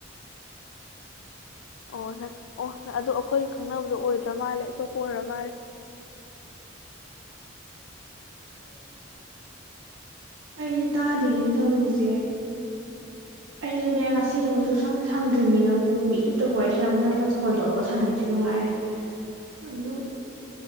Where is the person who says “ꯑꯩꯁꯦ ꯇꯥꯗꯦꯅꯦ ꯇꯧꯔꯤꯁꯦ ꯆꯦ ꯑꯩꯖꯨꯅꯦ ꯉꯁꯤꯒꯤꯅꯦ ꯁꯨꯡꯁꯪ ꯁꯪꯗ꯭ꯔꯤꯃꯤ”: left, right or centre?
Right